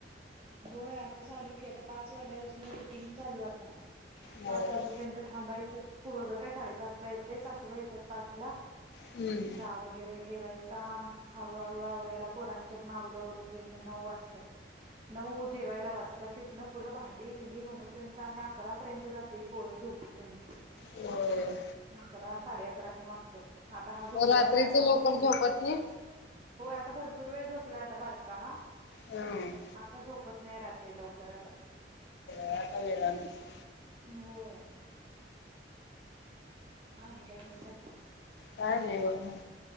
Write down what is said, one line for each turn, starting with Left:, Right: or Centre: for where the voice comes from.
Right: होय, आता चालू की आता पाच वाजल्या पासून रुटीन चालू आता
Left: होय.
Right: पाच वाजू तोपर्यंत थांबायचं पोरगं काय साडेपाच ला येतंय सासूबाई येत्यात पाच ला.
Left: हम्म.
Right: चहा वगैरे? ठेवायचा हळूहळू आवरायला पोरांच्या तन आवरू आवरु पर्यंत नऊ वाजत्यात. नऊ जे जेवायला वाजत्यात तिथनं पुढं भांडी बिंडी म्हणू पर्यंत आणि अकरा पर्यंत जातयं ही पोर झोपू पर्यंत.
Left: व्हय.
Right: अकरा साडे अकरा पण वाजत्यात आता हा झोपलाय?
Left: मग रात्रीच
Right: बारका
Left: लवकर
Right: भरपूर
Left: झोपत
Right: वेळ.
Left: नाही?
Right: होय, आता भरपूर वेळ झोपलाय आता बारका हां.
Left: हम.
Right: आता झोपत नाही, रात्री लवकर आता.
Left: काय आता वेळानचं?
Right: होय. आणि काय म्हणताय?
Left: काय नाही? बघा